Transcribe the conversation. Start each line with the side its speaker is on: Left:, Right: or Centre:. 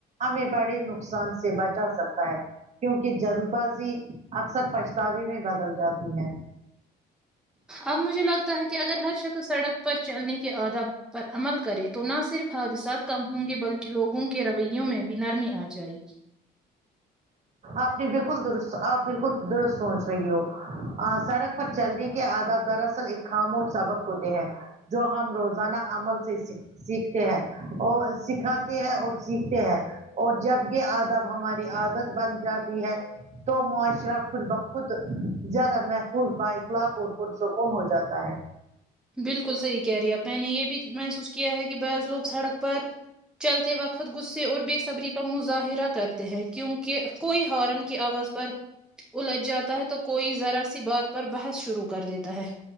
Right: ہمیں بڑے نقصان سے بچا سکتا ہے کیونکہ جلد بازی اکثر پچھتاوے میں بدل جاتی ہے
Centre: اب مجھے لگتا ہے کہ اگر ہر شخص سڑک پر چلنے کے اداب پر عمل کرے تو نہ صرف حادثات کم ہوں گے بلکہ لوگوں کے رویوں میں بھی نرمی آ جائے گی
Right: آپ نے بالکل درست آپ بالکل درست سوچ رہی ہو سڑک پر چلنے کے آداب دراصل ایک خاموش سبق ہوتے ہیں جو ہم روزانہ عمل سے سھ سیکھتے ہیں اور سکھاتے ہیں اور سیکھتے ہیں اور جب یہ ادب ہماری عادت بن جاتی ہے تو معاشرہ خود بخخود زیادہ محفوظ بائخلاق اور پرسکون ہو جاتا ہے
Centre: بالکل صحیح کہہ رہی ہیں آپ میں نے یہ بھی محسوس کیا ہے کہ بز لوگ سڑک پر چلتے وقت گس اور بےصبری کا مظاہرہ کرتے ہیں کیونک کوئی ہارن کی آواز پر الجھ جاتا ہے تو کوئی ذرا سی بات پر بحث شروع کر دیتا ہے